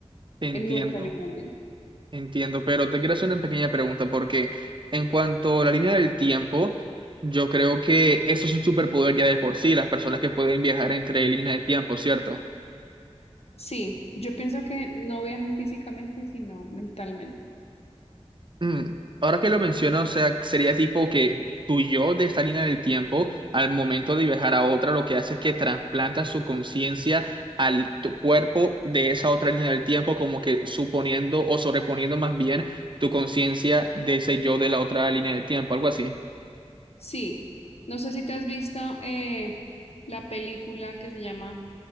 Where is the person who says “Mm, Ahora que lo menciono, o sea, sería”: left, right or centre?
Right